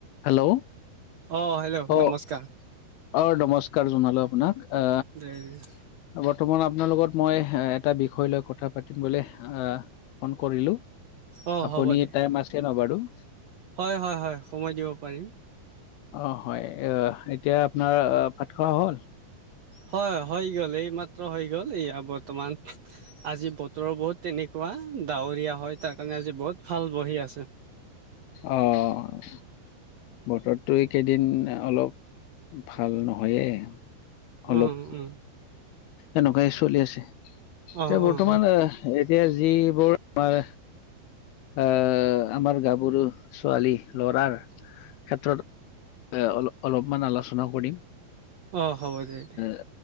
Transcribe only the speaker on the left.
হেল্ল'!
অ
অ নমস্কাৰ জনালোঁ আপোনাক আ
বৰ্তমান আপোনাৰ লগত মই এহ এটা বিষয় লৈ কথা পাতিম বুলি আহ ফোন কৰিলো,
আপুনি
টাইম আছে ন বাৰু?
অ হয় আহ এতিয়া আপোনাৰ ভাত খোৱা হ'ল?
অ', বতৰটো এইকেইদিন অলপ ভাল নহয়েই। অলপ
এনেকুৱাই চলি আছে এতিয়া
বৰ্তমান
এ এতিয়া যিবোৰ আমাৰ আহ আমাৰ গাভৰু ছোৱালী, লৰাৰ ক্ষেত্ৰত এ অল - অলপমান আলোচনা কৰিম।
আ